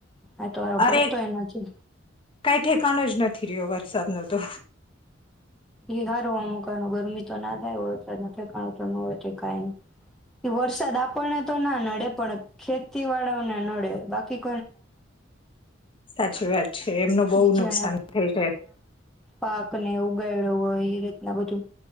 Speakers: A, in the centre; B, on the left.
A: આ તો હારો
B: અરે
A: પડતોય નથી
B: કઈ ઠેકાણું જ નથી રહ્યો હવે સાદ નુંતો.
A: એ હારૂ હમુકણાં નું ગરમી તો ના થાય વરસાદનું ઠેકાણું તો ન હોય તે કાય નઈ, ઈ વરસાદ આપણે તો ના નડે, પણ ખેતી વાળા ને નડે બાખી
B: સાચી વાત. છે એમનું બહુ
A: ઈ
B: નુકસાન
A: જેણે
B: થઈ જાય.
A: પાક ને ઉગાાયડ્યો હોય એ રીતના બધું.